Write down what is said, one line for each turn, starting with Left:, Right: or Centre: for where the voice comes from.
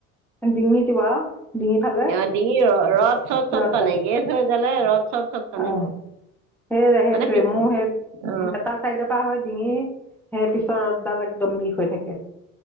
Centre: ডিঙিত কিবা, ডিঙি ফালে
Right: এয়া ডিঙিৰ ৰদ চদ চব
Centre: ৰদডাল
Right: টানে গেছ হৈ গেলে ৰদ চদ চব টানে
Centre: অ,
Right: মোৰ
Centre: সেই সেইটোৱে
Right: মানে পিছ
Centre: মোৰ সেই এটা!
Right: অ
Centre: ! চাইডৰ পৰা হৈ ডিঙি, সেই পিছৰ ৰদডাল একদম বিষ হৈ থাকে।